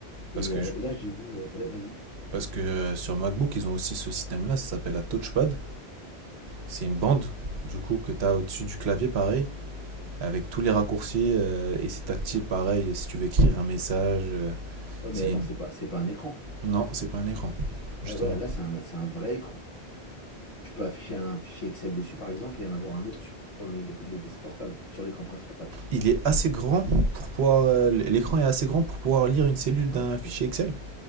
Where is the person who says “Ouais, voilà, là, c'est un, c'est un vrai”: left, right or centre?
Left